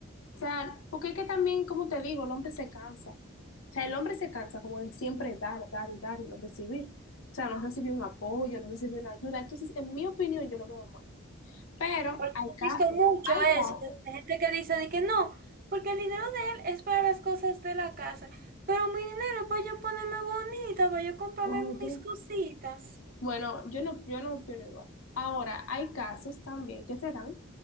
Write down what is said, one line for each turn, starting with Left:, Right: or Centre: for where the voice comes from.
Left: O sea, porque es que también, como te digo, el hombre se cansa. O sea, el hombre se cansa como de siempre dar, dar y dar y no recibir. O sea, no recibir un apoyo, no recibir una ayuda. Entonces, en mi opinión, yo lo veo mal. Pero
Right: Porque
Left: hay
Right: he
Left: casos,
Right: visto mucho
Left: hay
Right: eso,
Left: casos.
Right: de gente que dice de que no, porque el dinero de él es para las cosas de la casa, pero mi dinero es para yo ponerme bonita, para yo comprarme
Left: Oye.
Right: mis cositas.
Left: Bueno, yo no, yo no opino igual. Ahora, hay casos también que se dan